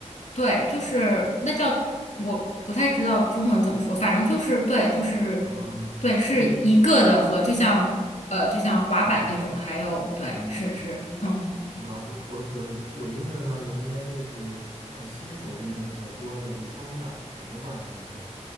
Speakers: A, on the left (about 80°); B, on the right (about 80°).
A: 对，就是那叫我不太知道中文怎么说，反正就是对，就是
B: 哦，
A: 对，是一个的和就像呃就像滑板那种的，
B: 它有一，嗯
A: 还有对，
B: 嗯，
A: 是是，嗯
B: 是吧？我我我用的那个应该就是呃新手用的比较多的，就双板两个板的那种。